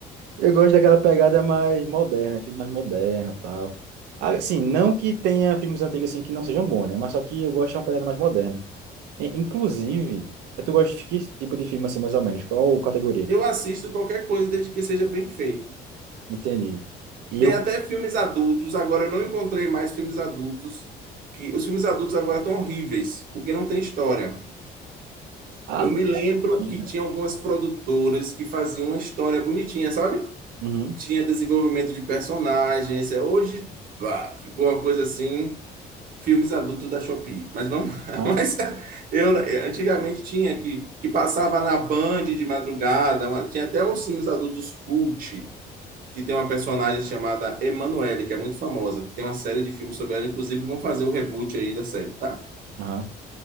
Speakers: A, on the right; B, on the right.
A: Eu gosto daquela pegada mais moderna, filme mais moderno, tal. Ah, Assim, não que tenha filmes antigos assim que não sejam bons, né? Mas só que eu gosto de uma pegada mais moderna. I- inclusive, tu gosta de que tipo de filme assim, mais ou menos? Qual categoria?
B: Eu assisto qualquer coisa desde que seja bem feito.
A: Entendi. E
B: Tem
A: eu
B: até filmes adultos, agora eu não encontrei mais filmes adultos que os filmes adultos agora estão horríveis, porque não tem história.
A: ah,
B: Eu me lembro
A: né?
B: que tinha algumas produtoras que faziam uma história bonitinha, sabe?
A: uhum.
B: Tinha desenvolvimento de personagens. É, hoje, pá, ficou uma coisa assim, filmes adultos da Shopee. Mas vamos, lá. <laughs>
A: Ah,
B: mas eu antigamente tinha que que passava na Band de madrugada, uma- tinha até os filmes adultos cult, que tem uma personagem chamada Emanuele, que é muito famosa, que tem uma série de filmes sobre ela, inclusive vão fazer o reboot aí da série. tá?
A: aham.